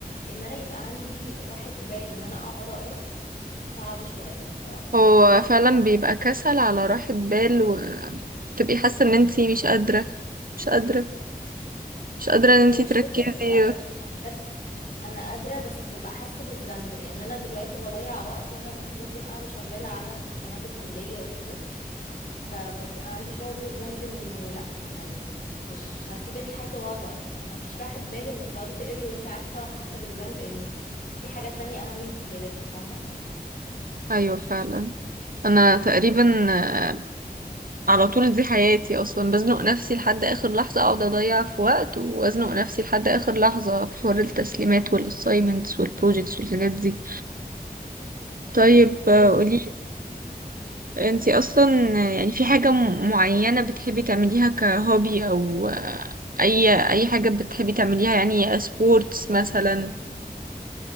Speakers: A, on the left; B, on the right.
A: ان انا يبقى عندي راحة بال ان انا اقعد اقرا صعب شوية بصراحة
B: هو فعلا بيبقى كسل على راحة بال وتبقي حاسة ان انتي مش قادرة مش قادرة مش قادرة ان
A: هي
B: انتي
A: مش
B: تركزي
A: فكرة مش قادرة أنا بجد انا قادرة بس ببقى حاسة بالذنب لان انا دلوقتي بضيع وقت وانا المفروض اكون قاعدة شغالة على تسليمات الكلية وكده فببقى عندي شعور بالذنب انه لا يعني مش هسيب الحاجة واقعد اقرا مفيش راحة بال انك تقعدي تقري وانت عارفة وحاسة بالذنب انك في حاجات تانية اهم انت سايباها فاهمة
B: ايوه فعلا انا تقريبا آه، على طول دي حياتي اصلا بزنق نفسي لحد اخر لحظة اقعد اضيع في وقت وازنق نفسي لحد اخر لحظة في حوار التسليمات والاسايمنتس والبروجيكتس والحاجات دي طيب آه،
A: بالظبط
B: قولي انتي اصلا آه، يعني في حاجة م- معينة بتحبي تعمليها كهوبي او آه، اي اي حاجة بتحبي تعمليها يعني سبورتس مثلا